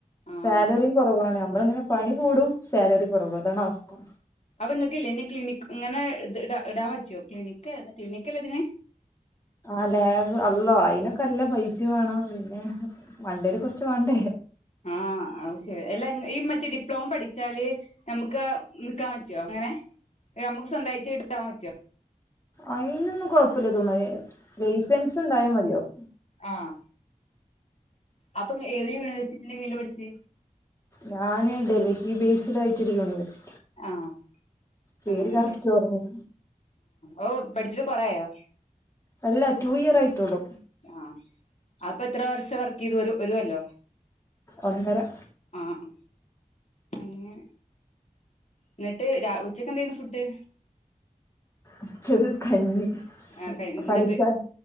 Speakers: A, on the left (about 55°); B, on the left (about 20°).
A: ആഹ്
B: സാലറിം കൊറവാണ് നമ്മള്ങ്ങനെ പണി കൂടും സാലറി കൊറവു അതാണ് അവസ്ഥ
A: അപ്പ ഇങ്ങക്ക്ലെ ഇന്ന ക്ലിനിക് ഇങ്ങനെ ഇ ഇടാൻ പറ്റൊ ക്ലിനിക്ക് ഏത ക്ലിനിക്കല്ലേ ഇതിന്
B: ആഹ് ലാബ് അള്ളാ അയിനൊക്കെ നല്ല പൈസ വേണം പിന്നെ മണ്ടേല് കൊറച്ച് വാണ്ടേ
A: ആഹ് അതും ശരി അല്ല ഈ മറ്റേ ഡിപ്ലോമ പഠിച്ചാല് ഞമ്മക്ക് നിക്കാൻ പറ്റൊ അങ്ങനെ നമുക്ക് സ്വന്തായിട്ട് ഇട്ക്കാൻ പറ്റോ
B: അയിനൊന്നും കൊഴപ്പല്ല തോന്ന് ഏ ലൈസൻസ്ണ്ടായാ മതിയാവു
A: ആഹ് അപ്പൊ ഏത് യൂണിവേഴ്സിറ്റിന്റെ കീഴിലാ പഠിച്ചേ
B: ഞാന് ഡൽഹി ബേസിലായിറ്റൊരു യൂണിവേഴ്സ്
A: ആഹ്
B: പേര്
A: അങ്ങനെല്ലേ
B: കറക്റ്റ് ഓർമല്ല
A: ആഹ് ഓഹ് പഠിച്ചിട്ട് കൊറേ ആയോ
B: അല്ല ടു ഇയർ ആയിട്ടോള്ളു
A: ആഹ് അപ്പ എത്ര വർഷം വർക്കെയ്തു ഒര് ഒര് കൊല്ലോ
B: ഒന്നര
A: ആഹ് ആഹ് അങ്ങനെ ഇങ്ങെട്ട് രാ ഉച്ചക്കെന്തേനു ഫുഡ്
B: ഉച്ചക്ക് കഞ്ഞി
A: ആഹ് കഴി
B: പണിക്ക
A: എന്താ